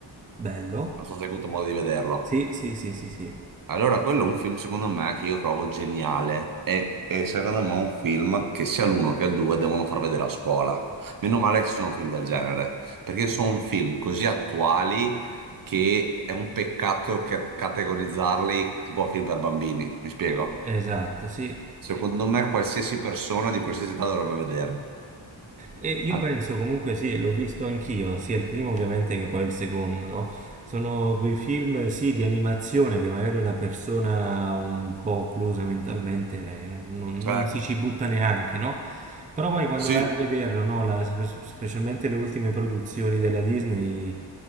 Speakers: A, on the right; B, on the right.
A: bello.
B: Non so se hai avuto modo di vederlo.
A: Sì, sì, sì, sì, sì.
B: Allora, quello è un film secondo me che io trovo geniale e, e secondo me è un film che sia l'uno che il due devono far vedere a scuola. Meno male che ci sono film del genere, perché sono film così attuali che è un peccato che- categorizzarli tipo film per bambini, mi spiego?
A: Eh, Esatto, sì.
B: Secondo me qualsiasi persona di qualsiasi età dovrebbe vederli.
A: E io
B: Anche-
A: penso comunque sì, l'ho visto anch'io, sia il primo ovviamente che poi il secondo, no? Sono quei film, sì, di animazione che magari una persona un po' occlusa mentalmente eh, non,
B: Certo,
A: non si ci butta neanche, no? Però poi quando
B: sì,
A: vai a vederlo, no? La- spe- specialmente le ultime produzioni della Disney,